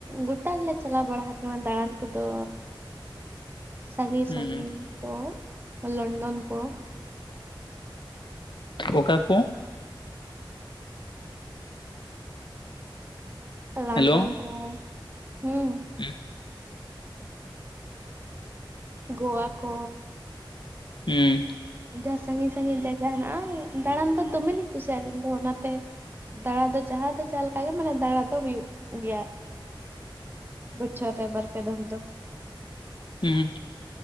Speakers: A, on the right (about 25°); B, on the left (about 60°).
A: ᱜᱚᱴᱟ ᱜᱮᱞᱮ ᱪᱟᱞᱟᱣ ᱵᱟᱲᱟ ᱠᱟᱱᱟ ᱫᱟᱬᱟᱱ ᱠᱚᱫᱚ᱾ ᱥᱟᱺᱜᱤᱧ
B: ᱦᱩᱸ
A: ᱥᱟᱺᱜᱤᱧ ᱠᱚ ᱞᱚᱱᱰᱚᱱ ᱠᱚ
B: ᱚᱠᱟ ᱠᱚ?
A: ᱞᱚᱱᱰᱚᱱ
B: ᱦᱮᱞᱳ
A: ᱠᱚ ᱦᱩᱸ ᱾
B: <unintelligible>
A: ᱜᱳᱣᱟ ᱠᱚ
B: ᱦᱩᱸ
A: ᱡᱟᱦᱟᱸ ᱥᱟᱺᱜᱤᱧ ᱥᱟᱺᱜᱤᱧ ᱡᱟᱭᱜᱟ ᱦᱮᱱᱟᱜᱼᱟ, ᱫᱟᱬᱟᱱ ᱫᱚ ᱫᱚᱢᱮᱞᱤᱧ ᱠᱩᱥᱤᱭᱟᱜᱼᱟ᱾ ᱟᱹᱞᱤᱧ ᱫᱚ ᱚᱱᱟᱛᱮ ᱫᱟᱬᱟ ᱫᱚ ᱡᱟᱦᱟᱸ ᱫᱚ ᱡᱟᱦᱟᱸ ᱞᱮᱠᱟ ᱜᱮ ᱢᱟᱱᱮ ᱫᱟᱬᱟ ᱫᱚ ᱦᱩᱭᱩᱜ ᱜᱮᱭᱟ᱾ ᱵᱚᱪᱷᱚᱨ ᱨᱮ ᱵᱟᱨ ᱯᱮ ᱫᱷᱚᱢ ᱫᱚ᱾
B: ᱦᱩᱸ